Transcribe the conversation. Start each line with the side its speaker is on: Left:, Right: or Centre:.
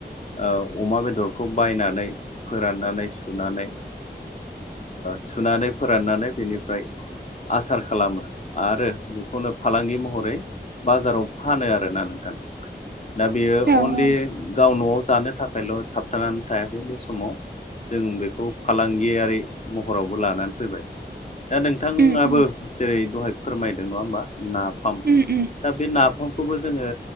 Left: अमा बेदरखौ बायनानै फोराननानै सुनानै सुनानै फोराननानै बेनिफ्राय आसार खालामो आरो बेखौनो फालांगि महरै बाजाराव फानो आरोना नोंथां। दा बेयो
Right: औ
Left: अनलि
Right: औ
Left: गाव न'आव जानो थाखायल' थाबथानानै थायाखै बे समाव जों बेखौ फालांगियारि महरावबो लानानै फैबाय। दा नोंथाङाबो
Right: उम उम
Left: जेरै दहाय फोरमायदों नङा होमबा नाफाम
Right: उम उम
Left: दा बे नाफामखौबो जोङो